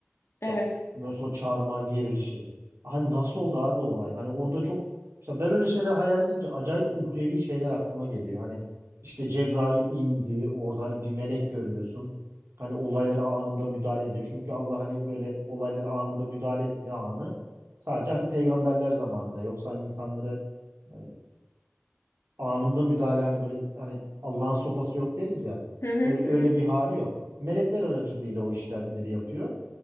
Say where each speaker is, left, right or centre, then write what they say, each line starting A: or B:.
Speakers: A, on the left (about 65°); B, on the right (about 70°).
A: Evet.
B: Ya mesela o çarmıha gerilişi. Hani nasıl oldu abi o olay? Hani orada çok mesela ben öyle şeyler hayal edince acayip uhrevi şeyler aklıma geliyor. Hani işte Cebrail indi orada hani bir melek görüyorsun. Hani olaylara anında müdahale ediyor. Çünkü Allah hani böyle olaylara anında müdahale etme anı sadece hani peygamberler zamanında. Yoksa hani insanları e, anında müdahale hani böyle hani Allah'ın sopası yok deriz ya.
A: Hı hı
B: Öyle, öyle
A: hı.
B: bir hali yok. Melekler aracılığıyla o işlemleri yapıyor.